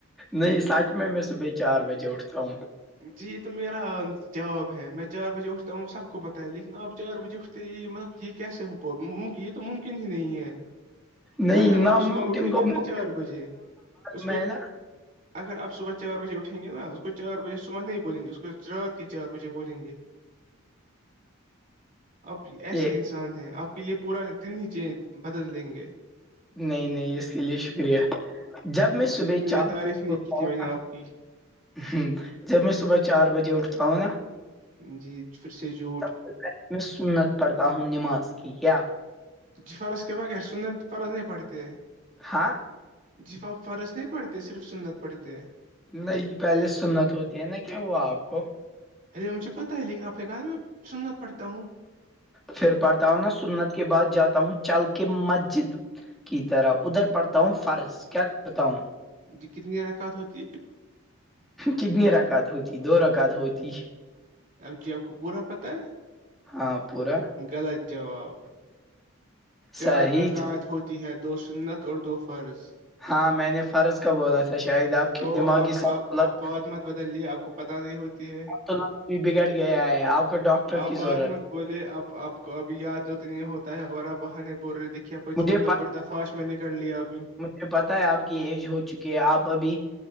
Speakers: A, in the centre; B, on the right.
A: نہیں سچ میں میں صبح چار بجے اٹھتا ہوں
B: جی یہ تو میرا جاب ہے میں چار بجے اٹھتا ہوں سب کو پتاہ ہے لیکن اب چار بجے اٹتا تو یہ مطلب یہ کیسے ہو یہ تو ممکن ہی نہیں ہے
A: نہیں
B: اگر
A: ناممکن
B: آپ صبح اٹھیں
A: کو
B: گے نا
A: ممکن،
B: چار بجے اس کو
A: میں نا
B: اگر آپ صبح چار بجے اٹھیں گے نا اس کو چار بجے صبح نہیں بولیں گے اس کو رات کے چار بجے بولیں گے آپ ایسے
A: یہ
B: انسان ہیں آپ کے لیے پورا دن ہی چینج بدل دیں گے
A: نہیں نہیں اس کے لیے شکریہ جب میں
B: جی
A: صبح
B: اتنی
A: چار
B: یہ تعریف
A: بجے
B: نہیں
A: اٹھتا
B: کی تھی
A: ہوں
B: میں نے آپ
A: نا
B: کی
A: ہ جب میں صبح چار بجے اٹھتا ہوں نا
B: جی پھر سے جھوٹ
A: تب سے میں سنت پڑھتا ہوں نماز کی کیا
B: جی فرض کے با گ س فرض نہیں پڑتے
A: ہاں
B: جفا فرض نہیں پڑھتے صرف سنت پڑتے ہیں
A: نہیں پہلے سنت ہوتی ہے نا کیا ہوا آپ کو
B: ارے مجھے پتا ہے لیکن آ اپنے کہا میں سنت پڑتا ہوں
A: پھر پڑھتا ہوں نا سنت کے بعد جاتا ہوں چل کے مسجد کی طرح ادھر پڑھتا ہوں فرض کیا کرتا ہوں
B: جی کتنی ررکت ہوتی ہے
A: کتنی رکعت ہوتی دو رکعت ہوتی
B: اب جی آپ کو بورا پت ہے
A: ہاں پورا
B: غلط جواب چار
A: صحیح
B: رکاعت ہوتی ہے دو سنت اور دو فرض
A: ہاں میں نے فرض کا بولا تھا شاید آپ کے
B: تو
A: دماغی
B: آپ
A: سولت
B: آپ آپ بات مت بدلیے آپ کو پتا نہیں ہوتی ہے
A: تو بھی بگڑ گیا ہے آپ کو ڈاکٹر
B: آپ
A: کی
B: بات
A: ضرورت
B: مت بولے اب آپ کو اب یاد تو نہیں ہوتا ہے اور آپ وہ نے بول رہے دیکھے آپ
A: مجھے
B: جھٹ کپڑتا فاش میں نے کر لیا ابھی
A: یہ پتہ ہے آپ کی ایج ہو چکی ہے آپ ابھی